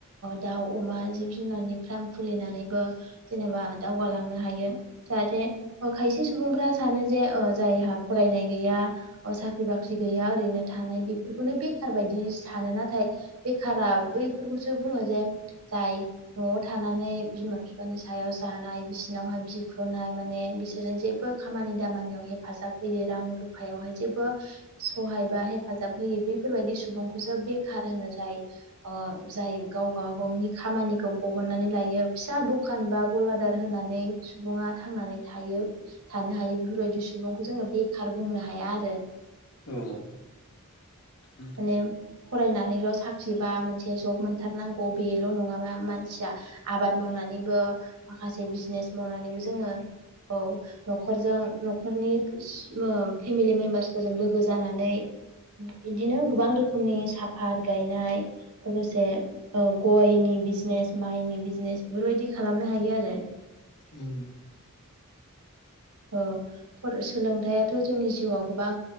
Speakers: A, on the right (about 80°); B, on the left (about 85°).
A: दाउ अमा जिब जुनारनि फार्म खुलिनानैबो जेनेबा दावगालांनो हायो जाहाथे खायसे सुबुंफ्रा सानो जे जायहा फरायनाय गैया साख्रि बाख्रि गैया ओरैनो थानाय बेफोरखौनो बे बेखार बायदि सानो नाथाय बेखारा बैफोरखौसो बुङो जे जाय न'आव थानानै बिमा बिफानि सायाव जानाय बिसिनावहाय बिख्ल नाय माने बिसोरजों जेबो खामानि दामानियाव हेफाजाब होयै रां रुफायावहाय जेबो सहाय बा, हेफाजाब होयै बे बेफोरबायदि सुबुंखौसो बेखार होनो जाय जाय गाव गावनि खामानिखौ बह बहननानै लायो फिसा दखान बा गलादार होनानै सुबुंङा थांनानै थायो थानो थायो बेफोरबायदि सुबुंखौ जोङो बेखार बुंनो हाया आरो‌।
B: औ नंगौ।
A: माने फरायनानैल' साख्रि बा मोनसे जब मोनथारनांगौ बेल' नङा मानसिया आबाद मावनानै बो माखासे बिजनेस मावनानैबो जोङो। औ न'खरजों न'खरनि फेमिलि मेम्बार्सफोरजों लोगो जानानै बिदिनो गोबां रोखोमनि साफात गायनाय। लोगोसे गयनि बिजनेस माइनि बिजनेस बेफोरबायदि खालामनो हायो आरो।
B: उम
A: औ सोलोंथाइाथ' जोंनि जिउआव गोबां